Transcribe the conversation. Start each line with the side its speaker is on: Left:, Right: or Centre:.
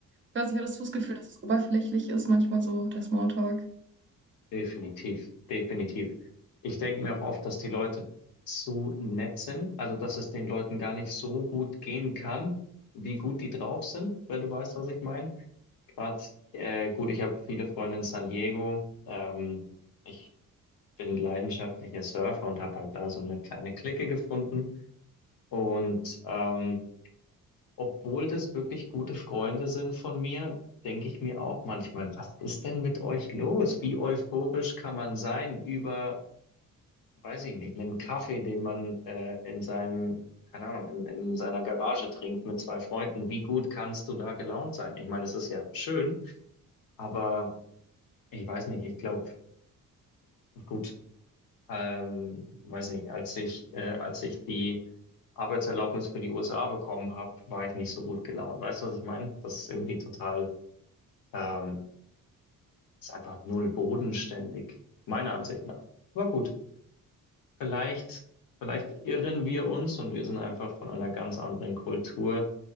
Right: Ich weiß nicht, hattest du das Gefühl, dass es oberflächlich ist, manchmal so, der Smalltalk?
Left: Definitiv, definitiv. Ich denke mir auch oft, dass die Leute zu nett sind, also dass es den Leuten gar nicht so gut gehen kann, wie gut die drauf sind, wenn du weißt, was ich meine. Gerade, äh, gut, ich habe viele Freunde in San Diego. Ähm, ich bin leidenschaftlicher Surfer und habe halt da so eine kleine Clique gefunden. Und ähm, obwohl das wirklich gute Freunde sind von mir, denke ich mir auch manchmal, was ist denn mit euch los? Wie euphorisch kann man sein über, weiß ich nicht, einen Kaffee, den man äh, in seinem, keine Ahnung, in, in seiner Garage trinkt mit zwei Freunden? Wie gut kannst du da gelaunt sein? Ich meine, es ist ja schön, aber ich weiß nicht, ich glaube, gut, ähm, weiß nicht, als ich, äh, als ich die Arbeitserlaubnis für die USA bekommen habe, war ich nicht so gut gelaunt. Weißt du, was ich meine? Das ist irgendwie total Ähm, ist einfach null bodenständig, meiner Ansicht nach. Aber gut, vielleicht, vielleicht irren wir uns und wir sind einfach von einer ganz anderen Kultur